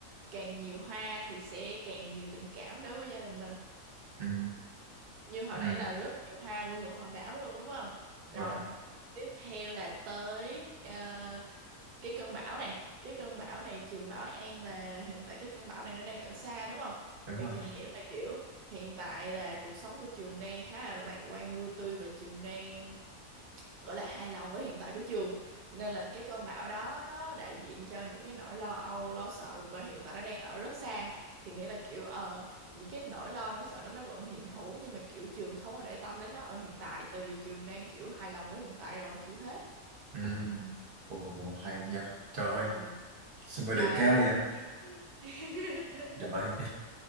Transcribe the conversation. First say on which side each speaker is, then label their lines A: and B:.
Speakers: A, on the right; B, on the right.
A: càng nhiều hoa thì sẽ càng nhiều tình cảm đối với gia đình mình
B: Ừ,
A: như hồi
B: ừ,
A: nãy là rất nhiều hoa nguyên một hòn đảo luôn đúng không rồi
B: rồi,
A: tiếp theo là tới ờ, cái cơn bão này cái cơn bão này trường Bảo An là hiện tại cái cơn bão này nó đang ở xa đúng không
B: đúng
A: vậy
B: rồi.
A: thì nghĩa là kiểu hiện tại là cuộc sống của trường đang khá là lạc quan vui tươi và trường đang gọi là hài lòng với hiện tại của trường nên là cái cơn bão đó nó đại diện cho những cái nỗi lo âu lo sợ và hiện tại nó đang ở rất xa thì nghĩa là kiểu ờ, những cái nỗi lo nỗi sợ đó nó vẫn hiện hữu nhưng mà kiểu trường không có để tâm đến nó ở hiện tại tại vì trường đang kiểu hài lòng với hiện tại rồi kiểu thế
B: Ừ. Ồ, hay nha. Trời ơi,
A: Ừm
B: sao mà
A: đấy
B: đỉnh cao vậy?
A: <laughs>
B: Dạ vậy.